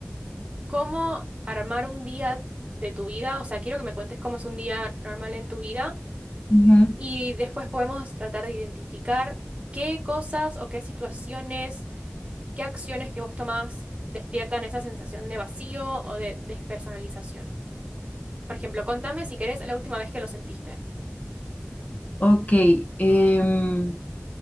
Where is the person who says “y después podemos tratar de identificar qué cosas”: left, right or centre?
Right